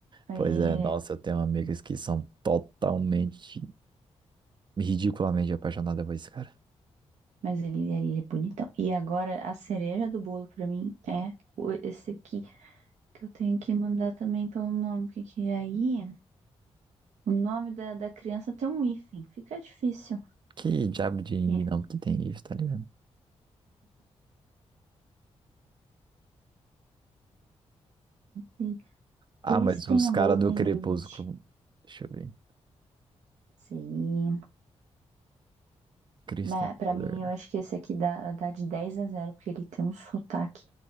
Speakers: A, on the right; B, on the right.
A: É.
B: Pois é, nossa, eu tenho amigas que são totalmente, ridiculamente apaixonadas por esse cara.
A: Mas ele, ele é bonitão. E agora a cereja do bolo pra mim é o- esse aqui, que eu tenho que mandar também pelo nome, porque que é aí o nome da, da criança tem um hífen, fica difícil.
B: Que diabo de
A: É.
B: não que tem isso, tá ligado?
A: tem
B: Ah,
A: Kristen
B: mas os caras
A: Holden
B: do Crepúsculo.
A: Reed.
B: Deixa eu ver.
A: Sim.
B: Kristen
A: Mas pra
B: Cole.
A: mim eu acho que esse aqui dá, dá de 10 a zero porque ele tem um sotaque